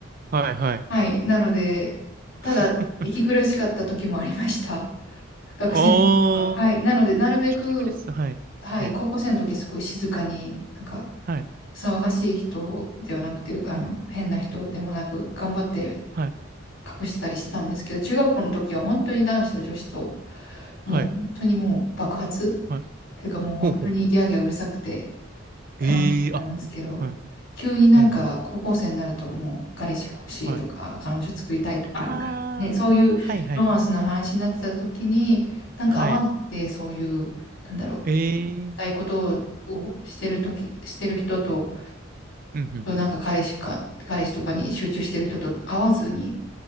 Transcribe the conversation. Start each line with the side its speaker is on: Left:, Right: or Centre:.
Right: はい。はい。
Left: はい。なので、ただ、
Right: <laughs>
Left: 息苦しかった時もありました。学生の時は。
Right: おー、
Left: はい。なので、なるべく、
Right: 息苦しさ。はい。
Left: はい、
Right: はい。
Left: 高校生の時はすごい静かに、なんか、
Right: はい。
Left: 騒がしい人ではなくて、あの、
Right: はい。
Left: 変な人でもなく、頑張って
Right: はい。
Left: 隠してたりしてたんですけど、中学校の時は本当に男子と女子と、もう本当にもう爆発っ
Right: はい。はい。
Left: ていうか、もう本当にギャーギャーうるさくて、
Right: ほうほう。
Left: 楽しみなんですけど、
Right: ええー、あ、うはい。
Left: 急になんか高校生になるともう彼氏が欲しいとか、
Right: ほうほう。はい。
Left: 彼女作りたいとか、
Right: ああ、
Left: あ、なんかね、そういうロマンスの話になってた時に、
Right: はい。はい。
Left: なんか合わなくて、
Right: はい。
Left: そういう、なんだろう、
Right: ええー、
Left: したいことをしてる時、してる人と、
Right: うんうん。
Left: となんか彼氏か、彼氏とかに集中してる人と合わずに、